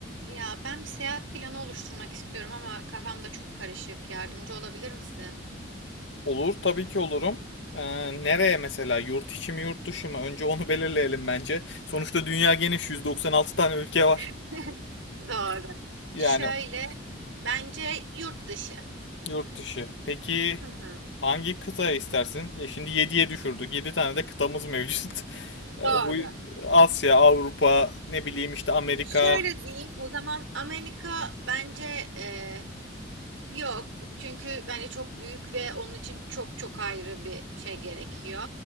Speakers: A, on the right; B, on the left.
A: Ya ben bir seyahat planı oluşturmak istiyorum ama kafamda çok karışık. Yardımcı olabilir misin?
B: Olur tabii ki olurum. Ee, nereye mesela? Yurt içi mi yurt dışı mı? Önce onu belirleyelim bence. Sonuçta dünya geniş 196 tane ülke var.
A: <laughs> Doğru.
B: Yani
A: Şöyle bence yurt dışı.
B: yurt dışı. Peki
A: Hı hı.
B: hangi kıtaya istersin? Ya şimdi 7'ye düşürdük. 7 tane de kıtamız mevcut. <laughs> Ee,
A: Doğru.
B: bu Asya, Avrupa, ne bileyim işte Amerika
A: Şöyle diyeyim o zaman Amerika bence e, yok. Çünkü bence çok büyük ve onun için çok çok ayrı bir şey gerekiyor.